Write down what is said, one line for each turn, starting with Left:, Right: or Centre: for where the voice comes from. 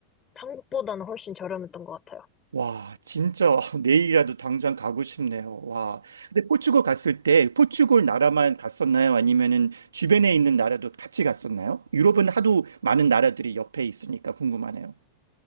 Left: 한국보다는 훨씬 저렴했던 것 같아요.
Right: 와, 진짜 <laughs> 내일이라도 당장 가고 싶네요. 와. 근데 포르투갈 갔을 때 포르투갈 나라만 갔었나요? 아니면은 주변에 있는 나라도 같이 갔었나요? 유럽은 하도 많은 나라들이 옆에 있으니까 궁금하네요.